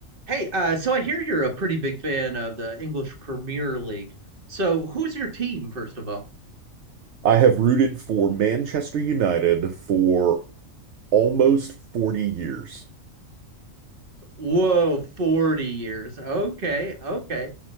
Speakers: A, on the right; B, on the right.
A: Hey, uh, so I hear you're a pretty big fan of the English Premier League. So who's your team, first of all?
B: I have rooted for Manchester United for almost 40 years.
A: Whoa, 40 years. Okay, okay.